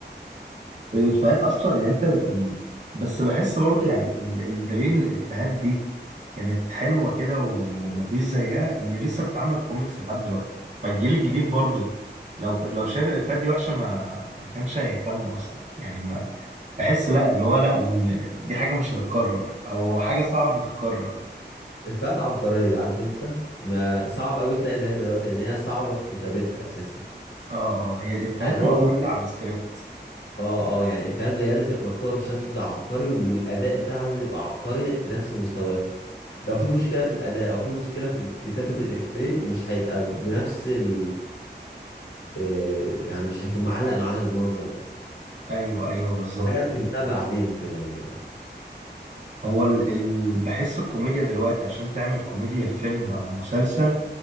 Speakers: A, on the right (about 40°); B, on the left (about 70°).
A: الافيهات اصلا يعني انت ال- بس بحس برضو يعني ال- الدليل إن الافيهات دي كانت حلوه كده ومفيش زيها ان لسه بتعمل كوميكس لحد دلوقتي فالجيل الجديد برضو لو لو شايف الافيهات دي وحشه ما ما كانش هيهتم اصلا يعني ما بحس لا اللي هو لا إن دي حاجه مش هتتكرر او حاجه صعبه تتكرر
B: افيهات عبقريه عارف انت ما صعب قوي تلاقي زيها دلوقتي لان هي صعبه في كتابتها اساسا
A: اه اه هي الافيهات
B: يعني هو
A: معتمده
B: ممكن
A: على السكريبت
B: اه اه يعني الافيهات بجد بتبقى مكتوبه بشكل عبقري والاداء بتاعها لازم يبقى عبقري بنفس مستواها لو في مشكله في الاداء او في مشكله في كتابه الافيه مش هيبقى بنفس ال آه، يعني مش هيكون معلق معانا بالمنظر ده
A: ايوه ايوه بالظبط
B: حاجه انا فهمتها بعدين كمان يعني
A: هو ال... ال... بحس الكوميديا دلوقتي عشان تعمل كوميديا في فيلم او مسلسل